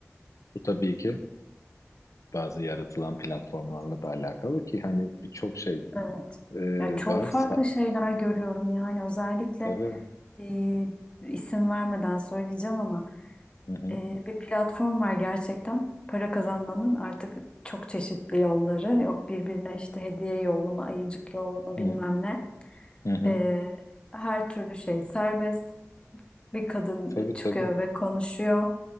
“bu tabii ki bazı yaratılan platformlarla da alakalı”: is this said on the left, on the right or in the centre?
Left